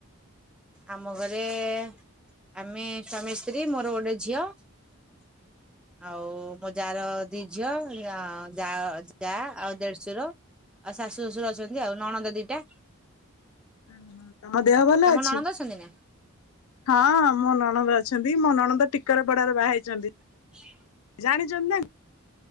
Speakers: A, in the centre; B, on the left.
A: ଆମ ଘରେ ଆମେ ସ୍ୱାମୀ ସ୍ତ୍ରୀ ମୋର ଗୋଟେ ଝିଅ।
B: ହ।
A: ଆଉ, ମୋ ଯା ର ଦି ଝିଅ, ଯା, ଯା ଆଉ ଦେଢସୁର। ଆଉ ଶାଶୁ ଶ୍ୱଶୁର ଅଛନ୍ତି। ଆଉ ନଣନ୍ଦ ଦିଟା।
B: ହ। ହ ତମ ଦେହ ଭଲ
A: ତମ
B: ଅଛି?
A: ନଣନ୍ଦ ଅଛନ୍ତି ନା
B: ହଁ ମୋ ନଣଦ ଅଛ୍ ଅ ମୋ ନଣନ୍ଦ ଟିକର ପଡାରେ ବାହା ହେଇଛନ୍ତି।
A: ହ।
B: ଜାଣିଛନ୍ ନା।